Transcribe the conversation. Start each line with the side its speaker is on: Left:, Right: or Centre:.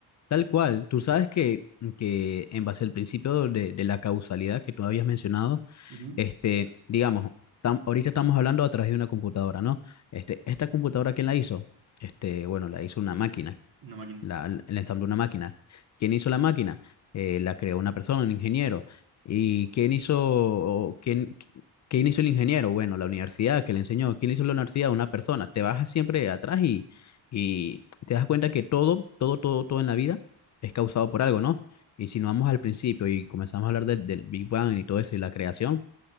Left: tal cual. Tú sabes que, que en base al principio de, de la causalidad que tú habías mencionado,
Right: Ujú,
Left: este, digamos, tam- ahorita estamos hablando a través de una computadora, ¿no? Este, esta computadora, ¿quién la hizo? Este, bueno, la hizo una máquina
Right: Una máquina.
Left: la, el ensamble de una máquina. ¿Quién hizo la máquina? Eh, la creó una persona, un ingeniero. ¿Y quién hizo, quién, quién hizo el ingeniero? Bueno, la universidad que le enseñó. ¿Quién hizo la universidad? Una persona. Te vas siempre atrás y, y te das cuenta que todo, todo, todo, todo en la vida es causado por algo, ¿no? Y si no vamos al principio y comenzamos a hablar del del Big Bang y todo eso y la creación,